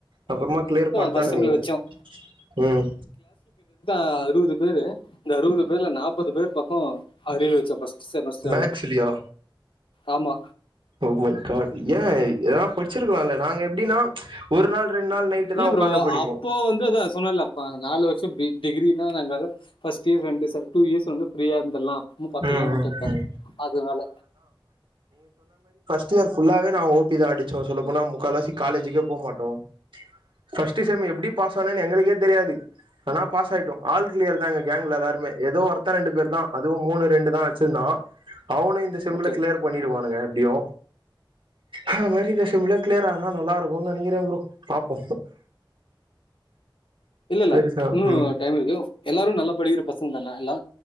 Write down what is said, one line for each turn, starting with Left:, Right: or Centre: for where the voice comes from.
Right: அப்புறமா கிளியர் பண்ட்டோன்னு
Left: ஃபர்ஸ்ட் டைம்ல
Right: நெனைக்கிறே
Left: வச்சோம்
Right: உம்
Left: அ அறுபது பேரு இந்த அறுபது பேர்ல நாப்பது பேர் பக்கோ அரியர் வச்சோ ஃபர்ஸ்ட் செமஸ்டர்ல
Right: மேக்ஸிலியா
Left: ஆமா
Right: ஓ மை காட் ஏ எதனா படிச்சிருக்கலால்ல நாங்க எப்டின்னா ஒரு நாள் ரெண்டு நாள் நைட்டு
Left: இல்ல
Right: தா
Left: ப்ரோ
Right: உக்காந்து படிப்போ
Left: அப்போ வந்து அதா சொன்னல்ல ப நாலு வருஷோ பி டிகிரி அ நாங்க அது ஃபர்ஸ்ட் இயர் ரெண்டு ச டூ இயர்ஸ் வந்து ஃப்ரீயா இருந்தர்லா அப்றமா பாத்துக்கலானு
Right: ம்
Left: விட்டதுதா
Right: ம் ம்
Left: அதனால
Right: ட் இயர் ஃபுல்லாவே நா ஓபிதா அடிச்சோ சொல்லப்போனா முக்கால்வாசி காலேஜுக்கே போமாட்டோ ஃபர்ஸ்ட் செம் எப்டி பாஸ் ஆனோனு எங்களுக்கே தெரியாது ஆனா பாஸ் ஆயிட்டோ ஆல் கிளியர்தாங்க கேங்ல எல்லா ருமே ஏதோ ஒருத்தர் ரெண்டு பேர்தா அதும் மூணு ரெண்டுதா வச்சிருந்தோ அவனு இந்த செம்ல
Left: ஓகே
Right: கிளியர் பண்ணிடுவானுக எப்டியு அது மாரி இந்த செம்ல கிளியர் ஆனா நல்லா இருக்குன்னு நெனைக்றே ப்ரோ பாப்போ
Left: இல்ல இல்ல
Right: பெருசா
Left: இன்னு
Right: ம்
Left: டைம் இருக்கு எல்லாரு நல்லா படிக்கிற பசங்கதான எல்லா